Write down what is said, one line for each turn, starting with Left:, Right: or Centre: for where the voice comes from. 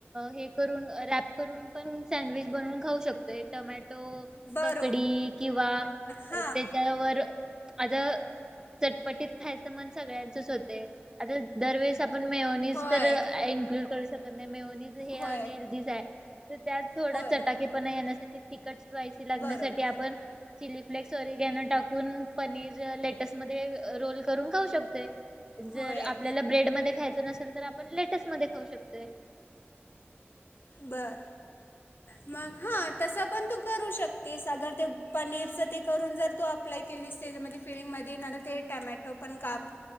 Right: हे करून त्याला अ र्याप करून पण सँडविच बनवून खाऊ शकतोय. टोमॅटो
Left: बरोबर
Right: ककडी किंवा,
Left: हां
Right: त्याच्यावर आता चटपटीत खायचं मन सगळ्यांचच होत. ते आता दरवेेळेस आपण मेवोणीज
Left: होय
Right: तर इन्क्लूड करू श तेचा मेउनीज हे
Left: होय
Right: अनहेल्थीज आहे. तर त्यात थोडा
Left: होय
Right: चटाकेपणा येण्यासाठी तिकट स्पायसी लागण्यासाठी
Left: बरोबर
Right: आपण चिली आप सॉरी गॅन टाकून पनीर लेटस्ट मध्ये रोल करून खाऊ शकतोय. जर
Left: होय
Right: आपल्याला ब्रेड मध्ये खायच नसेल तर आपण मध्ये खाऊ शकतोय.
Left: बर मग हा तस पण तू करू शकतेस अगर ते पनीरच ते करून जर तू अप्लाय केलीस त्याच्यामध्ये फिडिंगमध्ये ते टमॅटो पण काप